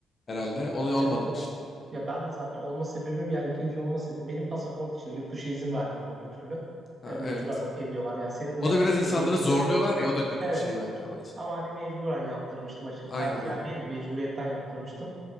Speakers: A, on the left (about 30°); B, on the right (about 20°).
A: herhalde. Onu olmadım
B: Evet evet.
A: işte.
B: evet. Ya ben de zaten olma sebebim yani ikinci olma sebebim benim pasaport için yurt dışı izin vermiyordu öbür türlü.
A: Ha,
B: E, mecburen
A: evet.
B: ediyorlar yani senin me
A: O da biraz
B: şey
A: insanları
B: mecbur
A: zorluyorlar
B: bırakıyordu.
A: ya o da kötü
B: Evet.
A: bir şey bence ama.
B: Ama hani mecburen yaptırmıştım açıkçası.
A: Aynen
B: Tercihen
A: öyle.
B: değil de mecburiyetten yaptırmıştım.